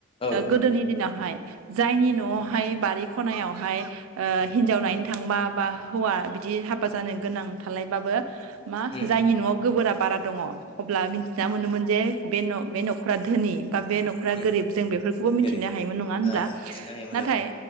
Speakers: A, on the left (about 25°); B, on the right (about 70°).
A: औ
B: गोदोनि दिनावहाय जायनि
A: उम
B: न'आवहाय बारि खनायाव हाय हिनजाव नायनो थांबा बा हौवा बिदि हाबा जानो गोनां थालायबाबो मा
A: उम
B: जायनि न'आव गोबोराब बारा दङ अब्ला मिथिना मोनोमोन जे बे न बे न'खरा धोनि बा बे न'खरा
A: उम
B: गोरिब जों बेफोरखौबो मिथिनो
A: गोरिब
B: हायोमोन नङा होनब्ला
A: ओ मिथिनो हायोमोन
B: नाथाय
A: औ